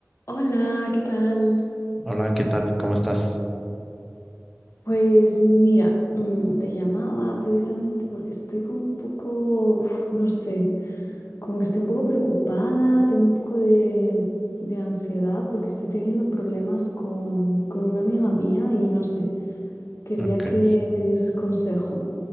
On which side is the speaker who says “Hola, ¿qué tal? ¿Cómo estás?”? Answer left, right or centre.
Centre